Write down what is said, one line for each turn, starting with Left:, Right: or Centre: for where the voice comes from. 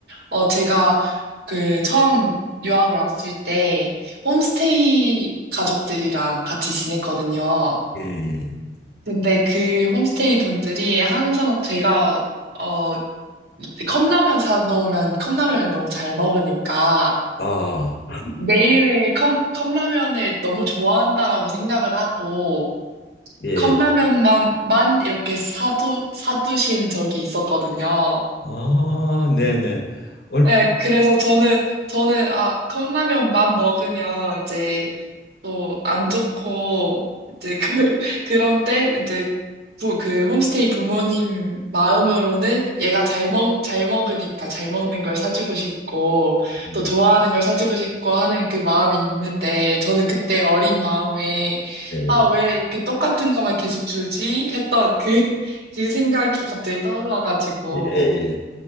Right: 어, 제가 그 처음 유학을 왔을 때 홈스테이 가족들이랑 같이 지냈거든요.
Left: 예. 예.
Right: 근데 그 홈스테이 분들이 항상 제가, 어, 컵라면 사놓으면 컵라면을 너무 잘 먹으니까
Left: 아,
Right: 매일매일 컵, 컵라면을 너무 좋아한다라고 생각을 하고,
Left: 예.
Right: 컵라면만 만 이렇게 사두 사두신 적이 있었거든요.
Left: 아, 네네. 얼,
Right: 네, 그래서 저는 저는 아 컵라면만 먹으면 이제 또 안 좋고 이제 그 <laughs> 그런데 이제 부, 그 홈스테이 부모님 마음으로는 얘가 잘 먹, 잘 먹으니까 잘 먹는 걸 사주고 싶고
Left: 음,
Right: 또 좋아하는 걸 사주고 싶고 하는 그 마음이 있는데 저는 그때 어린 마음에
Left: 음,
Right: 아, 왜 이렇게 똑같은 것만 계속 주지? 했던 그, <laughs> 그 생각이 갑자기 떠올라가지고.
Left: 네, 예, 예.